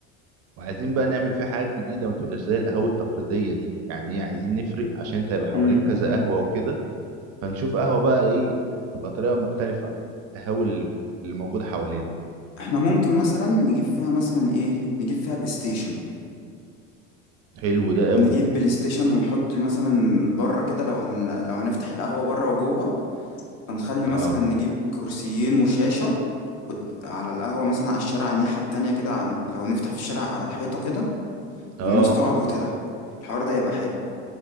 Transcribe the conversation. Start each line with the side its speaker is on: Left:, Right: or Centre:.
Right: وعايزين بقى نعمل فيه حاجات جديده ما تبقاش زي القهوه التقليديه دي يعني ايه عايزين نفرق عشان انت هيبقى حواليك
Left: حاجة
Right: كذا قهوه وكده فنشوف قهوه بقى ايه تبقى طريقه مختلفه عن القهوه اللي اللي موجوده حوالينا
Left: احنا ممكن مثلا نجيب فيها مثلا ايه نجيب فيها بلاي ستيشن
Right: حلو ده قوي
Left: نجيب بلاي ستيشن ونحط مثلا بره كده لو هن... لو هنفتح القهوة بره وجوه فنخلي
Right: اه
Left: مثلا نجيب كرسيين وشاشة قد- على القهوة مثلا على الشارع على الناحية التانية كده عن... لو نفتح في الشارع على الحيطة كده
Right: اه
Left: والناس تقعد وتلعب الحوار ده يبقى حلو